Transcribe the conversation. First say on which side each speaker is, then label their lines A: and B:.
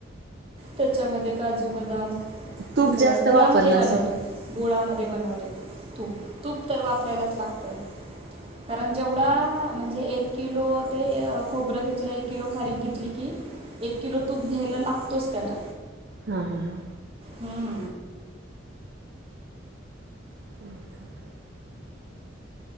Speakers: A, on the right (about 30°); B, on the right (about 55°).
A: त्याच्यामध्ये काजू, बदाम.
B: तूप
A: सगळ्या
B: जास्त
A: गुळामध्ये
B: वापरलं
A: बनवलेत.
B: असेल
A: गुळामध्ये बनवलेत. तूप- तूप तर वापरायलाच लागतं. कारण जेवढा, म्हणजे एक किलो ते ते अं खोबरं घेतलं. एक किलो खारीक घेतली की, एक किलो तूप घ्यायला लागतोच, त्याला.
B: हा, हा, हा.
A: हा.
B: <inaudible>